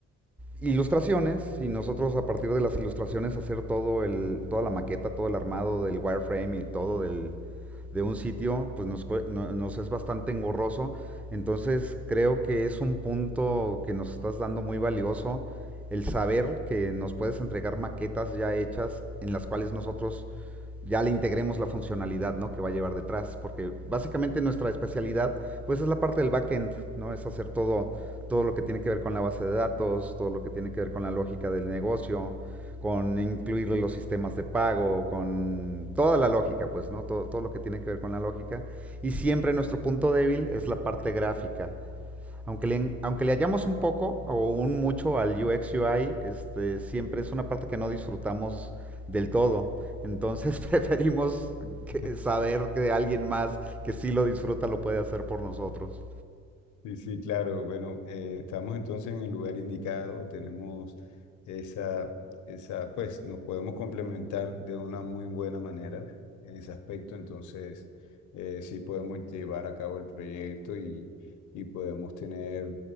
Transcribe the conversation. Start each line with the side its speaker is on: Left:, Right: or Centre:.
Centre: ilustraciones y nosotros a partir de las ilustraciones hacer todo el, toda la maqueta, todo el armado del wireframe y todo del, de un sitio, pues nos, no- nos es bastante engorroso. Entonces creo que es un punto que nos estás dando muy valioso, el saber que nos puedes entregar maquetas ya hechas en las cuales nosotros ya le integremos la funcionalidad ¿no? que va a llevar detrás, porque básicamente nuestra especialidad pues es la parte del backend, ¿no? es hacer todo, todo lo que tiene que ver con la base de datos, todo lo que tiene que ver con la lógica del negocio, con incluirle los sistemas de pago, con toda la lógica, pues, ¿no? Todo, todo lo que tiene que ver con la lógica. Y siempre nuestro punto débil es la parte gráfica. Aunque le, aunque le hallamos un poco o un mucho al UX UI, este, siempre es una parte que no disfrutamos del todo. Entonces <laughs> preferimos que-
Left: <laughs>
Centre: saber que alguien más que sí lo disfruta lo puede hacer por nosotros.
Left: Sí, sí, claro. Bueno, eh, estamos entonces en el lugar indicado, tenemos esa, esa, pues nos podemos complementar de una muy buena manera en ese aspecto, entonces eh, sí podemos llevar a cabo el proyecto y, y podemos tener,